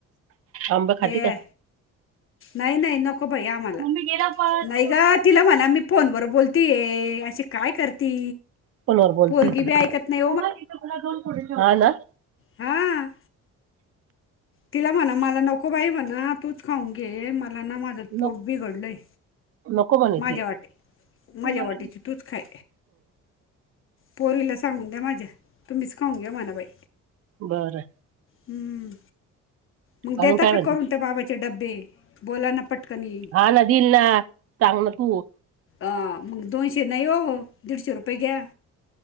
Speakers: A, on the right; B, on the left.
A: आंब खाती
B: ए
A: का?
B: नाही नाही नको बाई आम्हाला,
A: मम्मी गेला परत
B: नाही गं तिला म्हणा मी फोनवर बोल तीये अशी काय करती?
A: फोन वर बोलती
B: पोरगी
A: ये ती,
B: बी ऐकत नाही
A: हो मग तिचे तिला दोन फोड ठेवा मग, हा ना.
B: हा. तिला म्हणा मला नको बाई म्हणा, तूच खाऊन घे मला ना माझं पोट
A: नक-
B: बिघडलंय.
A: नको म्हणे
B: माझ्या
A: ती
B: वाटी माझ्या
A: हम्म,
B: वाटेची तूच खाय. पोरीला सांगून द्या माझ्या, तुम्हीच खाऊन घ्या म्हणा बाई.
A: बरं
B: हम्म, मग देता
A: अजून काय
B: का,
A: म्हणते
B: करून त्या बाबाचे डब्बे बोलाय नां पटकनी?
A: हा ना, दिल ना. सांग ना तू.
B: अ मग दोनशे नाही, ओ दीडशे रुपये घ्या.